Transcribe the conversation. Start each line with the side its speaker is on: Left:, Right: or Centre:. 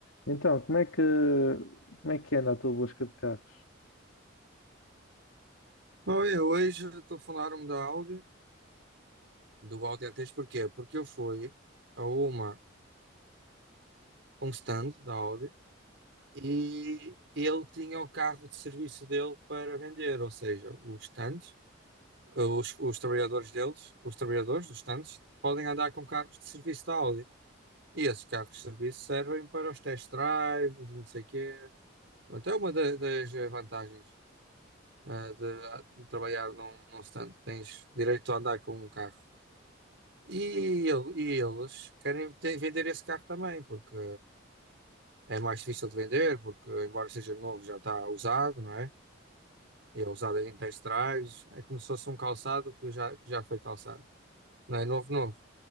Left: Então, como é que, como é que anda a tua busca de carros?
Right: Olha, hoje estou a da Audi, do Audi A3, porquê? Porque eu fui a uma, um stand da Audi e ele tinha o carro de serviço dele para vender, ou seja, os stands, os, os trabalhadores deles, os trabalhadores dos stands, podem andar com carros de serviço da Audi. E esses carros de serviço servem para os test drives e não sei o quê. Até uma da- das vantagens ah, de, de trabalhar num, num stand, tens direito a andar com um carro. E, el- e eles querem te- vender esse carro também, porque é mais difícil de vender, porque embora seja novo, já está usado, não é? E é usado em test drives, é como se fosse um calçado que já, que já foi calçado. Não é novo, novo,